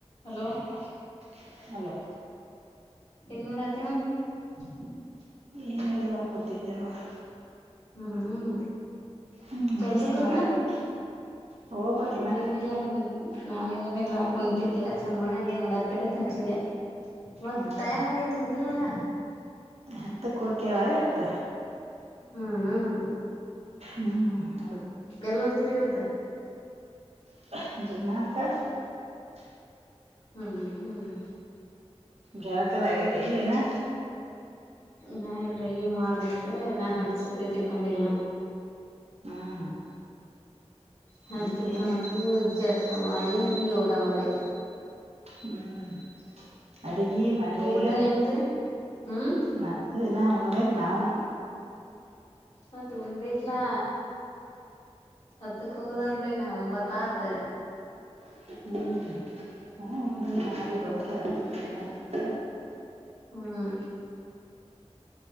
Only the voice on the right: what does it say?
<inaudible> hello.
ಏನು ಇಲ್ವ ಕೂತಿದ್ದೆ ನಾನು
ಹ್ಮ್
ಏನ್
ಮಾಡತಿ ಹೋಗ್ಬೇಕಿನ
ಹ್ಮ್
ಹತ್ತ ಕುಕ್ಕೆವಾಯ ಹೊತ್ತ.
ಹ್ಮ್ ಹು
<inaudible>
ಗ್ಯಾದ್. ಹಕ್ಕದಗೈತೆ ಇಲ್ಲೇನಾ
ಹ್ಮ್
ಮತ್ತ
ಏನ್ ಮಾಡ
ಹ್ಮ್. ಅಡಿಗಿ ಮಾಡ್ರಿ
ಇಲ್ಲ
ನಾನ್. ಇನ ಊಣ್ ಬೆಕ್ ನಾವು
ಹ್ಮ್ ಹಾ ಉಂಡು ಮಾಡಿ ಹೋದಕ್ಕೆ ಅ ಚೆನ ಇರ್ತದೆ